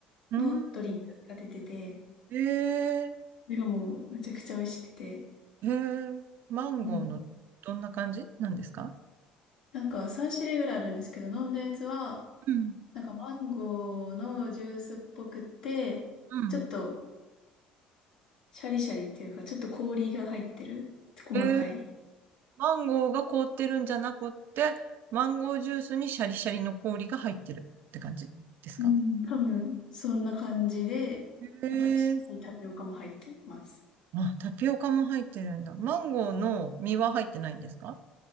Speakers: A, on the right; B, on the left.
A: うん。
B: のドリンクが出てて、
A: うんえー、
B: それがもうめちゃくちゃ美味しくて。
A: えー、マンゴーのどんな感じなんですか
B: うん。なんか3種類ぐらいあるんですけど、飲んだやつは、
A: うん。
B: なんかマンゴーのジュースっぽくて、
A: うん。
B: ちょっとシャリシャリっていうか、ちょっと氷が入ってる。細かい。
A: えー、マンゴーが凍ってるんじゃなくって、マンゴージュースにシャリシャリの氷が入ってるって感じですか
B: うん、多分、そんな感じで、
A: え
B: なんかちっちゃいタピオカも入ってます。
A: あ、タピオカも入ってるんだ。マンゴーの実は入ってないんですか